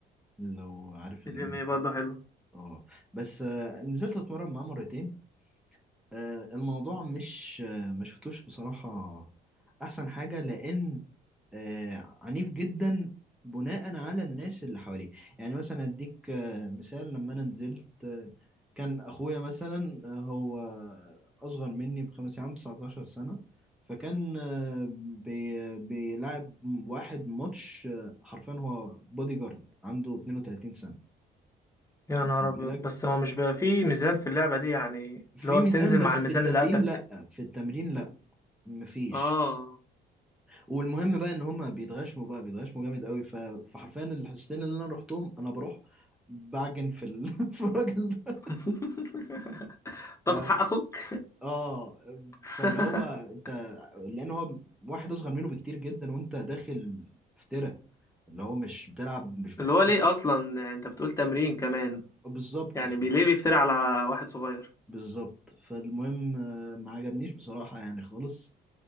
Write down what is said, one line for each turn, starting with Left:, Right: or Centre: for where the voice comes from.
Centre: لو عارف
Left: الام
Centre: الام ام
Left: اي برضه
Centre: اي
Left: حلوة
Centre: اه بس آه، نزلت اتمرن معاه مرتين آه، الموضوع مش آه، ما شفتوش بصراحة أحسن حاجة لأن آه، عنيف جدا بناء على الناس اللي حواليه يعني مثلا أديك آه، مثال لما أنا نزلت آه، كان أخويا مثلا آه، هو أصغر مني بخمس سنين عنده 19 سنة فكان آه، بي- بيلعب واحد ماتش آه، حرفيا هو بودي جارد عنده 32 سنة
Left: يا
Centre: واخد
Left: نهار ابيض
Centre: بالك
Left: بس هو مش بقى فيه ميزان في اللعبة دي يعني
Centre: في
Left: اللي
Centre: اوكي
Left: هو
Centre: ميزان
Left: بتنزل
Centre: بس
Left: مع الميزان
Centre: في التمرين
Left: اللي قدك
Centre: لأ في التمرين لأ مفيش
Left: اه
Centre: والمهم بقى ان هم بيتغشموا بقى بيتغشموا جامد قوي ف... فحرفيا الحصتين اللي انا رحتهم انا بروح بعجن في ال... <laughs> في الراجل ده
Left: <laughs> تاخد
Centre: ف...
Left: حق اخوك
Centre: اه
Left: <laughs>
Centre: فاللي هو انت لان هو واحد اصغر منه بكتير جدا وانت داخل في تيرة اللي هو مش بتلعب مش بت...
Left: اللي هو ليه اصلا يعني انت بتقول تمرين كمان
Centre: بالظبط
Left: يعني بيليه بيفتري على واحد صغير
Centre: بالظبط فالمهم آه، ما عجبنيش بصراحة يعني خالص